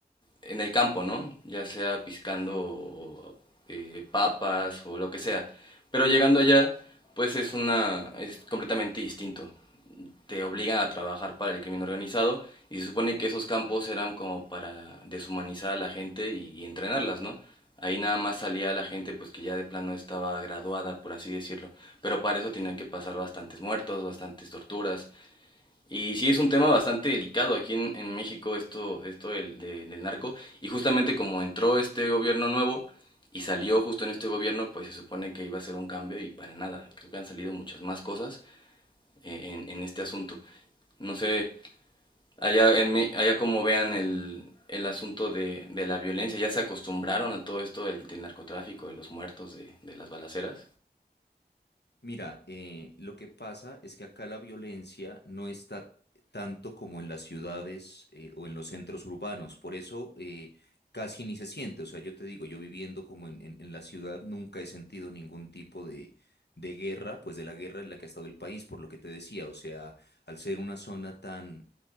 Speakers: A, on the left; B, on the left.
A: en el campo, ¿no? Ya sea piscando eh, papas o lo que sea. Pero llegando allá, pues es una, es completamente distinto te obligan a trabajar para el crimen organizado y se supone que esos campos eran como para deshumanizar a la gente y, y entrenarlas, ¿no? Ahí nada más salía la gente pues que ya de plano estaba graduada, por así decirlo, pero para eso tenían que pasar bastantes muertos, bastantes torturas. Y sí es un tema bastante delicado aquí en, en México esto, esto del, del narco y justamente como entró este gobierno nuevo y salió justo en este gobierno, pues se supone que iba a ser un cambio y para nada. Creo que han salido muchas más cosas eh, en, en este asunto. No sé, allá, en, Me- allá como vean el, el asunto de, de la violencia, ya se acostumbraron a todo esto del, del narcotráfico, de los muertos, de, de las balaceras.
B: Mira, eh, lo que pasa es que acá la violencia no está tanto como en las ciudades eh, o en los centros urbanos, por eso eh, casi ni se siente. O sea, yo te digo, yo viviendo como en, en- en la ciudad nunca he sentido ningún tipo de, de guerra, pues de la guerra en la que ha estado el país, por lo que te decía. O sea, al ser una zona tan